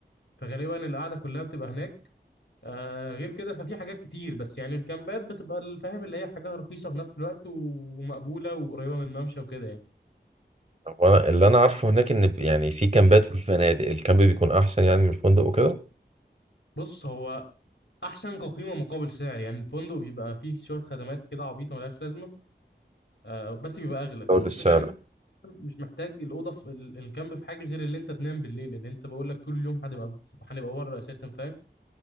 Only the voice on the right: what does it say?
هو انا اللي انا عارفه هناك ان ب- يعني في كامبات وفي فنادق الكامب بيكون احسن يعني من الفندق وكده
زود السعر